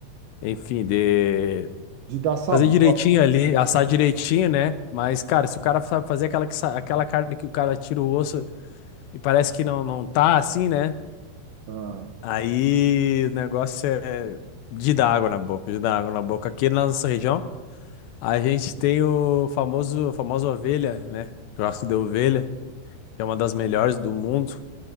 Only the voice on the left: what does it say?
enfim, de
fazer direitinho ali, assar direitinho, né? Mas, cara, se o cara sabe fazer aquela, que sa- aquela carne que o cara tira o osso e parece que não, não tá assim, né?
Aí o negócio é de dar água na boca, de dar água na boca. Aqui na nossa região. A gente tem o famoso, a famosa ovelha, né? Churrasco de ovelha, que é uma das melhores do mundo.